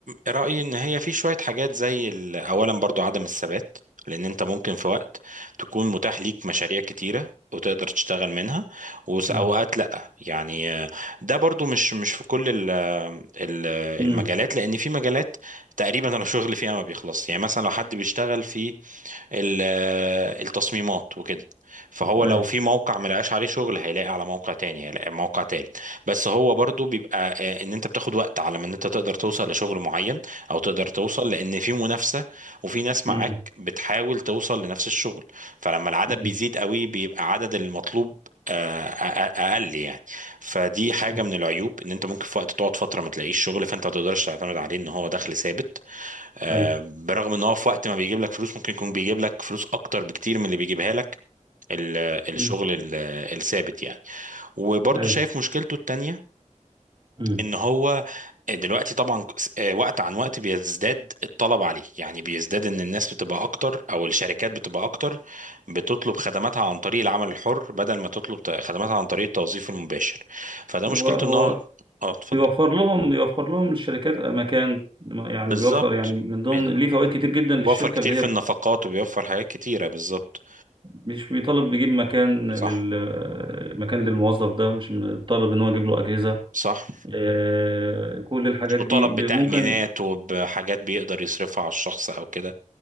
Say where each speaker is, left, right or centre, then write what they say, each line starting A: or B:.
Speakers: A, on the right (about 80°); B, on the right (about 40°).
A: رأيي إن هي في شوية حاجات زي ال- أولا برضو عدم الثبات لأن أنت ممكن في وقت تكون متاح ليك مشاريع كتيرة وتقدر تشتغل منها وأوقات
B: مم.
A: لأ يعني آه، ده برضو مش مش في كل ال ال
B: مم.
A: المجالات لأن في مجالات تقريبا الشغل فيها ما بيخلص يعني مثلا لو حد بيشتغل في ال- التصميمات وكده فهو
B: أي
A: لو في موقع ملقاش عليه شغل هيلاقي على موقع تاني هيلاقي على موقع تالت بس هو برضو بيبقى آه، آه، ان انت بتاخد وقت على ما ان انت تقدر توصل لشغل معين او تقدر توصل لان في منافسة وفي ناس معاك
B: مم.
A: بتحاول توصل لنفس الشغل فلما العدد
B: أي
A: بيزيد قوي بيبقى عدد المطلوب آه، أ- أ- اقل يعني فدي حاجه
B: أي
A: من العيوب ان انت ممكن في وقت تقعد فتره ما تلاقيش شغل فانت ما تقدرش تعتمد عليه ان هو دخل ثابت آه،
B: أي
A: برغم ان هو في وقت ما بيجيب لك فلوس ممكن يكون بيجيب لك فلوس اكتر بكتير من اللي بيجيبها لك ال-
B: مم.
A: الشغل ال- الثابت يعني وبرضه
B: أي
A: شايف مشكلته التانية
B: مم.
A: ان هو دلوقتي طبعا س- آه، وقت عن وقت بيزداد الطلب عليه يعني بيزداد ان الناس بتبقى اكتر او الشركات بتبقى اكتر بتطلب خدماتها عن طريق العمل الحر بدل ما تطلب ت- خدماتها عن طريق التوظيف المباشر فده مشكلته
B: هو هو
A: ان هو اه اتفضل
B: بيوفر لهم بيوفر لهم الشركات مكان يعني
A: بالظبط
B: بيوفر يعني من ضمن
A: بالظبط
B: ليه فوائد كتير جدا للشركة
A: بيوفر كتير
B: اللي
A: في
B: هي
A: النفقات وبيوفر حاجات كتيرة بالظبط
B: مش بيطالب بيجيب مكان لل
A: صح
B: مكان للموظف ده مش طالب ان هو يجيب له أجهزة
A: صح
B: آه، كل الحاجات
A: وطلب
B: دي ب-
A: بتأمينات
B: ممكن
A: وبحاجات بيقدر يصرفها على الشخص او كده